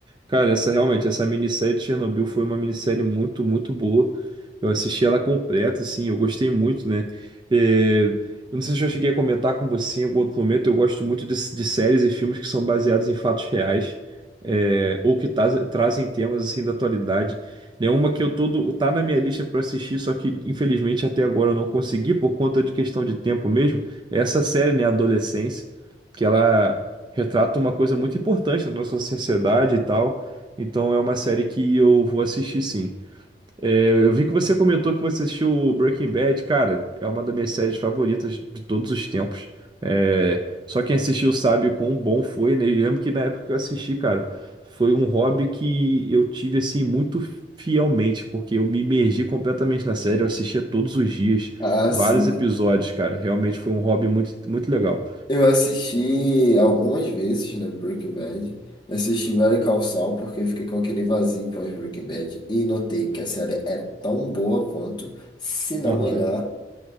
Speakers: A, on the right; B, on the left.
A: Cara, essa realmente, essa minissérie de Chernobyl foi uma minissérie muito, muito boa. Eu assisti ela completa, assim, eu gostei muito, né? É, Eu não sei se eu já cheguei a comentar com você em algum outro momento, eu gosto muito de, de séries e filmes que são baseados em fatos reais, é, ou que traz- trazem temas, assim, da atualidade. É uma que eu todo, tá na minha lista para assistir, só que infelizmente até agora eu não consegui por conta de questão de tempo mesmo. É essa série, né, Adolescência, que ela retrata uma coisa muito importante na nossa sociedade e tal. Então é uma série que eu vou assistir sim. É, eu vi que você comentou que você assistiu Breaking Bad, cara, é uma das minhas séries favoritas de todos os tempos. É, só quem assistiu sabe o quão bom foi, né? Eu lembro que na época que eu assisti, cara, foi um hobby que eu tive assim muito fielmente, porque eu me imergi completamente na série, eu assistia todos os dias,
B: Ah,
A: vários
B: sim.
A: episódios, cara. Realmente foi um hobby muito, muito legal.
B: Eu assisti algumas vezes, né, Breaking Bad. Eu Assisti Better Call Saul porque eu fiquei com aquele vazio pós Breaking Bad e notei que a série é tão boa quanto, se não
A: Aham,
B: melhor.